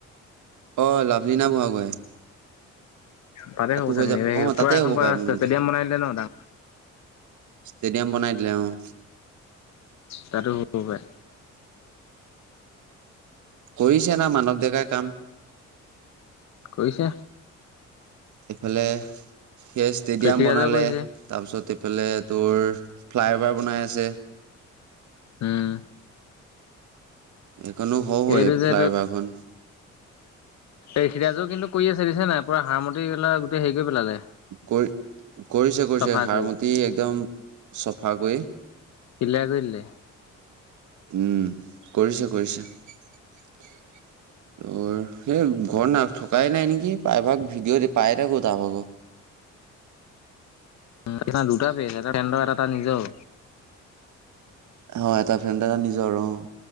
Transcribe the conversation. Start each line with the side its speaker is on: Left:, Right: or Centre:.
Right: অ' লাভলীনা বুঢ়াগোহাই?
Left: তাতে হব চাগে,
Right: হৈ যাব
Left: <unintelligible>
Right: অ
Left: পুৰা
Right: তাতে
Left: এখন
Right: হ'ব
Left: পুৰা
Right: পাৰে মোৰ
Left: ষ্টে-ষ্টেডিয়াম
Right: মতে
Left: বনাই দিলে ন' ডাঙৰ।
Right: ষ্টেডিয়াম বনাই দিলে। অ'!
Left: তা'তো হব পাৰে।
Right: কৰিছে না মানৱ ডেকাই কাম।
Left: কৰিছে
Right: এইফালে সিয়ে ষ্টেডিয়াম
Left: কৃষিৰাজে
Right: বনালে,
Left: কৰিছে
Right: তাৰ পিছত এইফালে তোৰ ফ্লাই অভাৰ বনাই আছে।
Left: উম।
Right: এইখনো হ‌ও হ‌ও,
Left: এইটো
Right: এই
Left: যে
Right: ফ্লাই অভাৰখন।
Left: ঋষিৰাজো কিন্তু কৰি আছে, দেখিছানে নাই? পুৰা হাৰমতি পেলাই গোটেই হেৰি কৰি পেলালে
Right: কৰি কৰিছে কৰিছে
Left: চাফা
Right: হাৰমুঠি
Left: কৰি।
Right: একদম চফা কৰি।
Left: ক্লিয়াৰ কৰি দিলে।
Right: উম কৰিছে কৰিছে, সেই ঘৰত না থকাই নাই নেকি প্ৰায়ভাগ ভিডিঅ' দি পাই থাকো তাৰভাগ।
Left: সেই দুটা পেজ এটা ফ্ৰেণ্ড, এটা তাৰ নিজৰ।
Right: অ এটা ফ্ৰেণ্ড এটা নিজৰ অ,